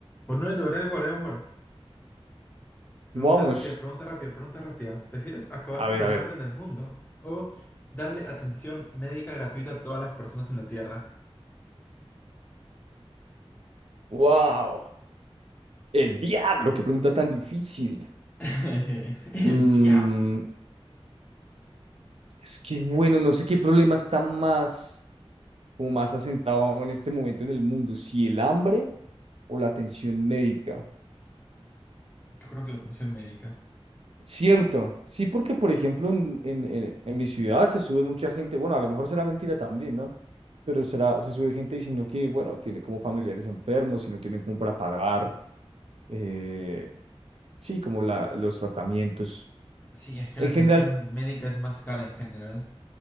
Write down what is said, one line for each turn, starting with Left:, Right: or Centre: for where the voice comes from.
Left: Bueno, Edward, Edward, Edward. Pregunta
Right: Vamos,
Left: rápida, pregunta rápida, pregunta rápida. ¿Prefieres acabar
Right: a
Left: con
Right: ver, a
Left: el
Right: ver.
Left: hambre en el mundo o darle atención médica gratuita a todas las personas en la Tierra?
Right: Wow, el diablo, qué pregunta tan difícil.
Left: <laughs> El
Right: Mm,
Left: diablo.
Right: es que bueno, no sé qué problema está más, como más asentado en este momento en el mundo, si el hambre o la atención médica.
Left: Yo creo que la atención médica.
Right: Cierto, sí, porque por ejemplo en, en, en- en mi ciudad se sube mucha gente, bueno, a lo mejor será mentira también, ¿no? Pero será, se sube gente diciendo que, bueno, tiene como familiares enfermos y no tiene como para pagar, eh, sí, como la, los tratamientos.
Left: Sí, es que
Right: En
Left: la atención
Right: general,
Left: médica es más cara en general.